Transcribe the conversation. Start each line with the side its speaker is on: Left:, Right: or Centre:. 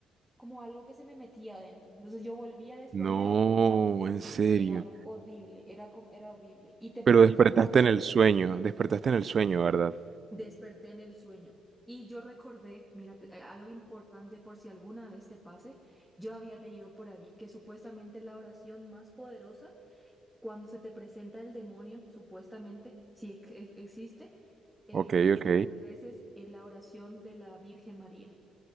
Centre: como algo que se me metía adentro. Entonces yo volví a despertar.
Right: No,
Centre: Sí,
Right: en serio.
Centre: era horrible, era, com- era horrible. Y te
Right: Pero
Centre: prometo
Right: despertaste
Centre: que cuando
Right: en
Centre: me
Right: el sueño, despertaste en el sueño, ¿verdad?
Centre: desperté en el sueño y yo recordé, mira, te- a- algo importante por si alguna vez te pase, yo había leído por ahí que supuestamente la oración más poderosa cuando se te presenta el demonio, supuestamente, si es que ex- existe, eh,
Right: Ok,
Centre: es
Right: ok.
Centre: que tú reces en la oración de la Virgen María.